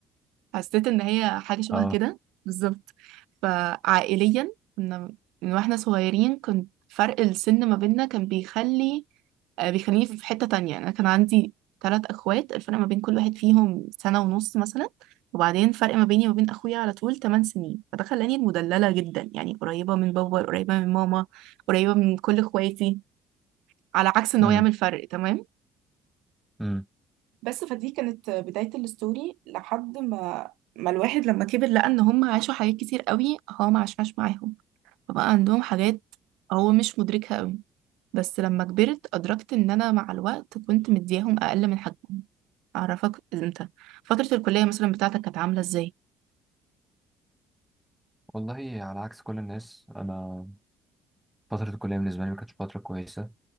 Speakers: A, on the right; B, in the centre.
A: حسيت ان هي حاجة شبه
B: اه
A: كده بالظبط فعائليا كنا من واحنا صغيرين كنت فرق السن ما بيننا كان بيخلي آه، بيخليني في حتة تانية أنا كان عندي ثلاث أخوات الفرق ما بين كل واحد فيهم سنة ونص مثلا وبعدين فرق ما بيني وما بين أخويا على طول 8 سنين فده خلاني المدللة جدا يعني قريبة من بابا قريبة من ماما قريبة من كل إخواتي على عكس إن
B: امم
A: هو يعمل فرق تمام
B: امم
A: بس فدي كانت بداية الستوري لحد ما ما الواحد لما كبر لقى ان هم عاشوا حاجات كتير قوي هو ما عاشهاش معاهم فبقى عندهم حاجات هو مش مدركها قوي بس لما كبرت ادركت ان انا مع الوقت كنت مدياهم اقل من حجمهم اعرفك انت فترة الكلية مثلا بتاعتك كانت عاملة ازاي
B: والله على عكس كل الناس أنا فترة الكلية بالنسبة لي ما كانتش فترة كويسة